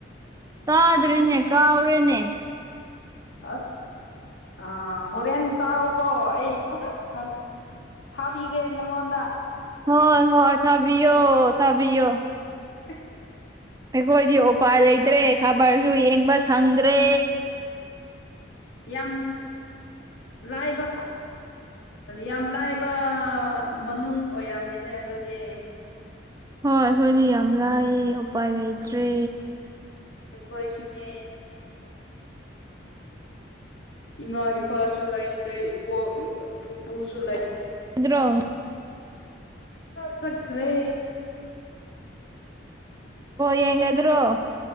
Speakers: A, on the right; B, on the left.
A: ꯇꯥꯗ꯭ꯔꯦꯅꯦ ꯀꯥꯎꯔꯦꯅꯦ
B: ꯑꯁ ꯑꯥ ꯍꯣꯔꯦꯟ ꯇꯥꯎꯎꯀꯣ ꯑꯩ ꯐꯖꯅ ꯊꯥꯕꯤꯒꯦ ꯅꯪꯉꯣꯟꯗ
A: ꯍꯣꯏ ꯍꯣꯏ ꯊꯥꯕꯤꯌꯣ ꯊꯥꯕꯤꯌꯣ
B: ꯍ
A: ꯑꯩꯈꯣꯏꯗꯤ ꯎꯄꯥꯏ ꯂꯩꯇ꯭ꯔꯦ ꯈꯕꯔꯁꯨ ꯌꯦꯡꯕ ꯁꯪꯗ꯭ꯔꯦ
B: ꯌꯥꯝ ꯂꯥꯏꯕ ꯌꯥꯝ ꯂꯥꯏꯕ ꯃꯅꯨꯡ ꯑꯣꯏꯔꯝꯅꯤꯅꯦ ꯑꯗꯨꯗꯤ
A: ꯍꯣꯏ ꯑꯩꯈꯣꯏꯗꯤ ꯌꯥꯝ ꯂꯥꯏꯌꯦ ꯎꯄꯥꯏ ꯂꯩꯇ꯭ꯔꯦ
B: ꯈꯣꯏ ꯁꯅꯦ ꯏꯃꯥ ꯏꯄꯥꯁꯨ ꯂꯩꯇꯦ ꯏꯕꯣꯛ ꯄꯨꯄꯨꯁꯨ ꯂꯩꯇꯦ
A: ꯑꯗꯨꯗ꯭ꯔꯣ
B: ꯆꯈ꯭ꯔꯦ
A: ꯌꯦꯡꯗ꯭ꯔꯣ